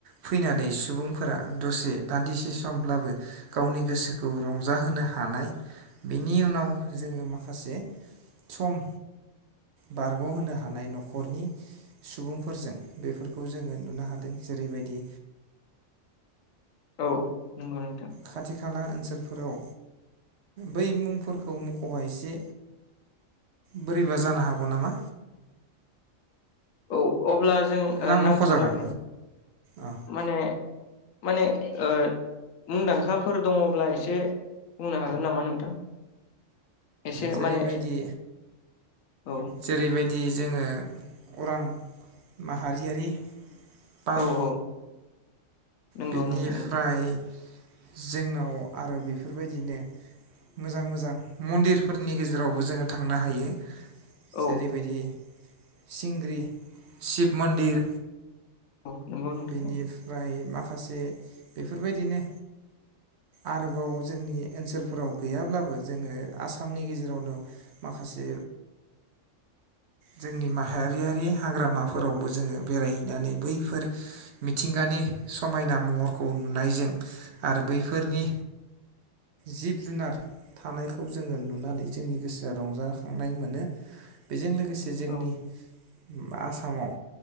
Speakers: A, on the right (about 65°); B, on the left (about 85°).
A: फैनानै सुबुं फोरा दसे दान्दिसे सम ब्लाबो गावनि गोसोखौ रंजाहोनो हानाय बिनि उनाव जोङो माखासे सम बारगहोनो हानाय न'खरनि सुबुंफोरजों बेफोरखौ जोङो नुनो हादों जेरैबायदि
B: औ नंगौ नोंथां
A: खाथि खाला ओनसोलफोराव बै मुंफोरखौ मखबा एसे बोरैबा जानो हागौ नामा
B: औ अब्ला जों
A: ना
B: नांथलानो
A: मख'जागोन औ
B: माने माने ओ मुंदांखाफोर दङब्ला एसे बुंनो हागोन नामा नोंथां? एसे
A: जेरैबायदि
B: माने औ
A: जेरैबायदि दि जोङो अरां माहारियारि पार्क
B: औ औ। नंगौ
A: बेनिफ्राय
B: नोंथां नंगौ
A: जोंनाव आरो बिफोरबायदिनो मोजां मोजां मन्दिर फोरनि गेजेरावबो जोङो थांनो हायो।
B: औ
A: जेरैबायदि सिंग्रि शिब मन्दिर।
B: औ नंगौ नोंथां
A: बेनिफ्राय माख माखासे बेफोरबायदिनो आरोबाव जोंनि ओनसोलफोराव गैयाब्लाबो जोङो आसामनि गेजेरावनो माखासे जोंनि माहारियारि हाग्रामाफोरावबो जोङो बेरायहैनानै बैफोर मिथिंगानि समायना महरखौ नुनायजों आरो बैफोरनि जिब जुनार थानायखौ जोङो नुनानै जोंनि गोसोआ रंजाखांनाय मोनो बेजों लोगो गोसे जोंनि।
B: औ
A: उम आसामाव